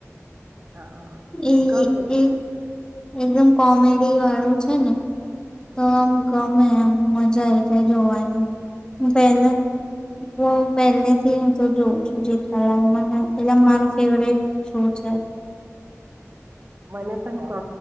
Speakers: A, on the right; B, on the left.
A: હા...
B: એ
A: ગમે
B: એક એકદમ કોમેડી વાળું છે ને તો આમ ગમે આમ મજા આવી જાય જોવાની પેલા હ પેહલે થી હું તો જોઉં છું. જેઠાલાલ મને એટલે મારું ફેવરીટ શો છે.
A: મને પણ કો